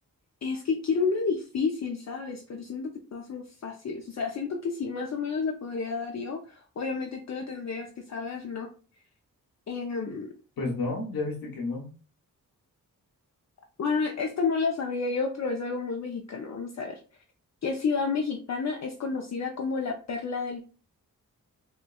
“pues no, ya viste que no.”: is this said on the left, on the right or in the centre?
Left